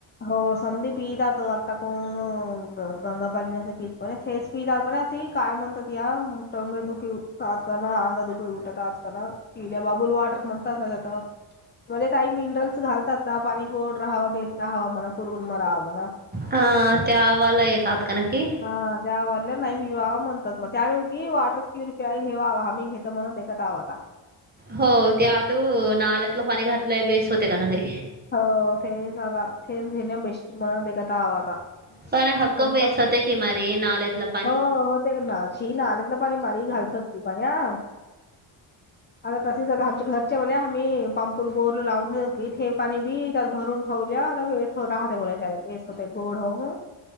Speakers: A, on the left; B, on the right.
A: हो समधी पितातो आता कोण ग गंगा पाण्याच प पण थेस पितात बर अशी काय म्हणतात या टोंग दुखी उठत आजका अंग दुखी उठत आजकाला पिल्या बाबूल वाडर म्हणतात ना त्या मध्ये काही मिनरल्स घालतात ना पाणी गोड राहावा बेस राहावा म्हणा पुरगुल मरावा म्हणा
B: ह त्यावाला येतात का न ककी
A: हा त्यावरला नाही पिवावा म्हणतात मग त्या उगी वॉटर क्युरिफाय घेवावा हम्ही घेतो म्हणत आवं आता
B: हो ते आत नाल्यातलं पाणी घातलंय बेस होते का ना ते
A: हो तेच आता तेच घेणे बेस्ट म्हणततावा आता
B: पण हक्क
A: ते कोणता
B: वेस् होते्या की माारी नालेेतलं पाणी
A: हो हो ते ना ना आले तर पाणी मारी घालत अस त पण आ आता तसेच आता आमच्या घरच्या म्हले आम्ही पांपर बोर लावून घ पाणी बी त्यात भरून ठेवल्या वे राहते बोला वेस होते गोड होऊ